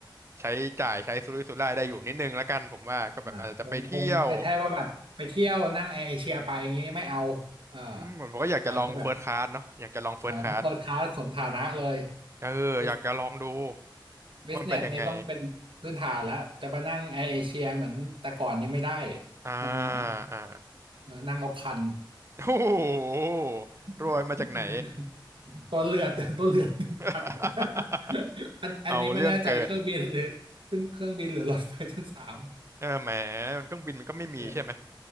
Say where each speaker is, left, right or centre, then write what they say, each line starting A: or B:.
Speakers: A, on the right; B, on the right.
A: ใช้จ่ายใช้สุรุ่ยสุร่ายได้อยู่นิดนึงแล้วกันผมว่าก็แบบอาจจะไปเที่ยว
B: อ่าคงคงไม่ใช่ว่าแบบไปเที่ยวนั่งแอร์เอเชียไปอย่างงี้ไม่เอาเออ
A: อืมผมก็อยากจะลองเฟิร์สคลาสเนาะอยากจะลองเฟิร์สคลาส
B: อาจจะแบบอ่าต้องเฟิร์สคลาสสมฐานะเลย
A: เอออยากจะลองดู
B: บิสบิสเนสนี่ต้องเป็นพื้นฐานแล้วจะมานั่งแอร์เอเชียเหมือนแต่ก่อนนี่ไม่ได้
A: ว่ามันเป็นยังไงอ่า
B: มันมัน
A: อ่า
B: เออนั่งเอาคัน
A: โอ้โหรวยมาจากไหน
B: <laughs> มันตัวเลือดตัวเลือดคั
A: <laughs>
B: น <laughs> อันอันนี้ไม่แน่ใจเครื่องบินหรือขึ้นเครื่องบินหรือรถไฟชั้นสาม
A: เอาเรื่องเกินเออแหมมันเครื่องบินมันก็ไม่มีใช่ไหม
B: เออ